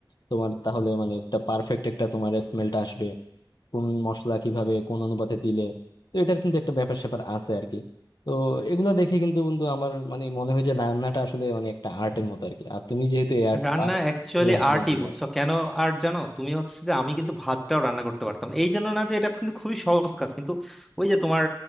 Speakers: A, on the left (about 55°); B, in the centre.
A: তোমার তাহলে মানে একটা পারফেক্ট একটা তোমার স্মেলটা আসবে কোন মশলা কিভাবে কোন অনুপাতে দিলে তো এটার কিন্তু একটা ব্যাপার স্যাপার আছে আর কি তো এগুলো দেখে কিন্তু বন্ধু আমার মানে মনে হয় যে রান্নাটা আসলে মানে একটা আর্টের মতো আর কি আর তুমি যেহেতু এই আর্ট
B: রান্না
A: পারো
B: অ্যাকচুয়ালি
A: তুমি আসলে
B: আর্টই
A: ভালো।
B: বুঝছো কেন আর্ট জানো তুমি হচ্ছে যে আমি কিন্তু ভাতটাও রান্না করতে পারতাম না। এই জন্য না যে এটা কিন্তু খুবই সহজ কাজ কিন্তু ওই যে তোমার